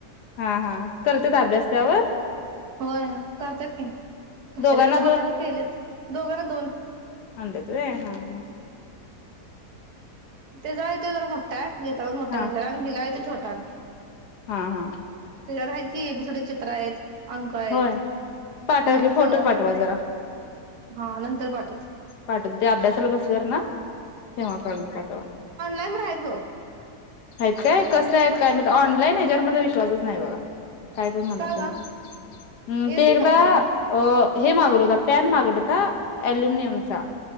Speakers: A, on the left (about 80°); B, on the right (about 70°).
A: हां हां करतेेत आभ्यास त्यांवर?
B: होय करतात की कशा
A: दोघांना
B: मला केलेत दोघंना दोन
A: अांड तु हा हा
B: तेचा येत तर मोठा आहे घेता मोठा घेतलेला
A: हा
B: आणि हिला येतो छोटा आण
A: हा हा
B: त्यावर आहेत की बी थोडे चित्र आहेत अंक आहेत
A: होय पाठव
B: हम्
A: की फोटो
B: सगळं
A: पाठवा जरा
B: हा नंतर पाठवच
A: पाठवत ते अभ्यासाला बसल्यावर ना तेव्हा काढून पाठवा
B: कायम राय हो
A: आहेत काय कसं आहेत काय म ऑनलाईन हच्यावर मझा विश्वासच नाही बघा काय पण म्हणा
B: का
A: तुम्ही
B: ग
A: हम्
B: येते
A: ते एकदा
B: चांगलं
A: अ हे मागड होता पॅन मागला होता अल्युमिनियमचा